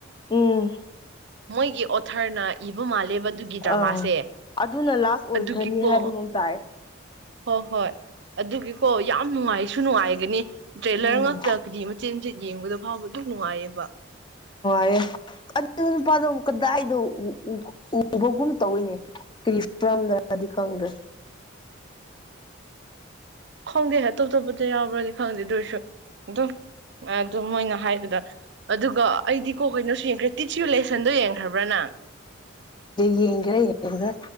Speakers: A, on the left; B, on the right.
A: ꯎꯝ
B: ꯃꯣꯏꯒꯤ ꯑꯣꯊꯔꯅ ꯏꯕ ꯃꯥꯜꯂꯦꯕ ꯑꯗꯨꯒꯤ ꯗ꯭ꯔꯃꯥꯁꯦ
A: ꯑꯥ ꯑꯗꯨꯅ ꯂꯥꯁ ꯑꯣꯏꯈ꯭ꯔꯅꯤ
B: ꯑꯗꯨꯒꯤꯀꯣ
A: ꯍꯥꯏꯕꯒꯨꯝ ꯇꯥꯏ
B: ꯍꯣꯏ ꯍꯣꯏ ꯑꯗꯨꯒꯤꯀꯣ ꯌꯥꯝ ꯅꯨꯡꯉꯥꯏꯁꯨ ꯅꯨꯡꯉꯥꯏꯒꯅꯤ ꯇ꯭ꯔꯦꯂꯔ
A: ꯎꯝ
B: ꯉꯥꯛꯇ ꯀꯔꯤ ꯃꯆꯤꯠ ꯃꯆꯤꯠ ꯌꯦꯡꯕꯗ ꯐꯥꯎꯕ ꯑꯗꯨꯝ ꯅꯨꯡꯉꯥꯏꯌꯦꯕ
A: ꯑꯦ ꯑꯗꯨ ꯅꯨꯄꯥꯗꯨꯕꯨ ꯀꯗꯥꯏꯗꯣ ꯎ ꯎ ꯎꯕꯒꯨꯝ ꯇꯧꯋꯦꯅꯦ ꯀꯔꯤ ꯐꯤꯝꯗꯔꯗꯤ ꯈꯪꯗ꯭ꯔꯦ
B: ꯈꯪꯗꯦ ꯑꯇꯣꯞ ꯑꯇꯣꯞꯄꯗꯤ ꯌꯥꯎꯕ꯭ꯔꯗꯤ ꯈꯪꯗꯦ ꯑꯗꯨꯔꯁꯨ ꯑꯗꯨꯝ ꯑꯗꯨ ꯃꯣꯏꯅ ꯍꯥꯏꯕꯗ ꯑꯗꯨꯒ ꯑꯩꯗꯤ ꯀꯣ ꯀꯩꯅꯣꯁꯨ ꯌꯦꯡꯈ꯭ꯔꯦ ꯇꯤꯠꯁ ꯌꯨ ꯂꯦꯁꯟꯗꯣ ꯌꯦꯡꯈ꯭ꯔꯕ꯭ꯔꯥ ꯅꯪ
A: ꯌꯦꯡꯒ꯭ꯔꯦ ꯌꯦꯡꯒ꯭ꯔꯦ